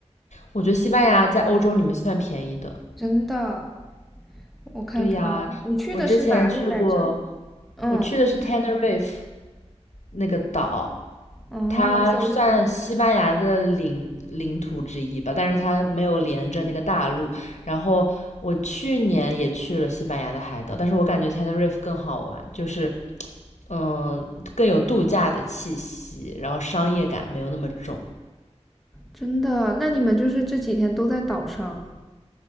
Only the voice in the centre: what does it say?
真的，我看看，
啊？你去的是哪里来着？
嗯，
哦，
我搜一搜。
真的，那你们就是这几天都在岛上，